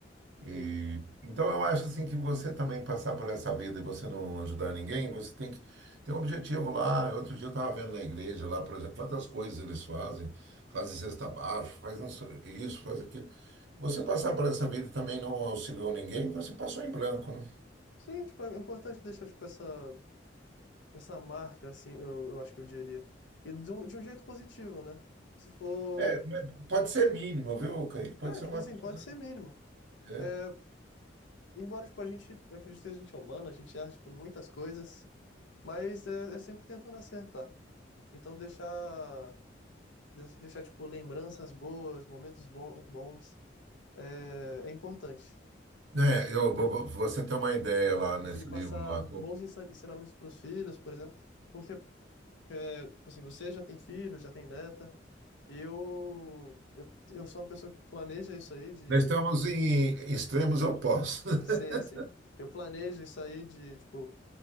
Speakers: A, on the right; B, on the left.
A: E,
B: sim.
A: então eu acho assim que você também passar por essa vida e você não ajudar ninguém, você tem que ter um objetivo lá. Outro dia eu estava vendo na igreja lá, por exemplo, quantas coisas eles fazem, fazem cesta básica, fazem isso, isso, faz aquilo. Você passar por essa vida e também não auxiliou ninguém, você passou em branco, né?
B: Sim, tipo, é importante deixar, tipo, essa, essa marca, assim, eu, eu acho que eu diria. E de um, de um jeito positivo, né? Se for,
A: É, mas
B: se
A: pode
B: for,
A: ser mínimo, viu, Kaique? Pode
B: é,
A: ser
B: tipo
A: uma
B: assim,
A: coisa.
B: pode ser mínimo.
A: É.
B: É, embora, tipo, a gente, eu acredito que a gente é humano, a gente erra, tipo, em muitas coisas, mas é, é sempre tentando acertar. Então, deixar, de- deixar, tipo, lembranças boas, momentos bo- bons, é, é importante.
A: Né, eu, vo- vo- você tem uma ideia lá nesse
B: Conseguir passar
A: livro lá. que eu-
B: bons ensa- ensinamentos para os filhos, por exemplo, porque, é, tipo assim, você já tem filho, já tem neta, eu, eu, eu sou uma pessoa que planeja isso aí de...
A: Nós estamos em extremos opostos.
B: Sim,
A: <laughs>
B: sim. Eu planejo isso aí de, tipo,